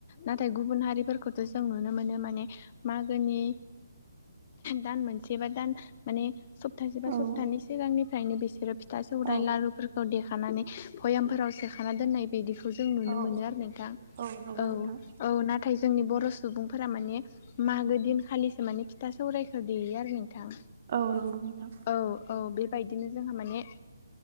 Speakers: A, on the left; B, on the right.
A: नाथाय गुबुन हारिफोरखौथ' जों नुनो मोनो माने मागोनि दान मोनसे बा दान माने सब थासे बा
B: औ
A: सबथानै सिगांनिफ्रायनो बिसोरो फिथा सौरायाइ
B: औ
A: लारुफोरखौ देखानानै बयामफोराव सोखाना दोननाय बिदिखौ जों नुनो
B: औ
A: मोनो आरो नोंथां
B: नंगौ
A: औ
B: नोंथां
A: औ ना थाय जोंनि बर' सुबुंफोरा माने मागो दिनखालिसो माने था सौरायखौ देयो आरो नोंथां
B: औ नंगौ नोंथां
A: औ औ बे बायदिनो जोंहा माने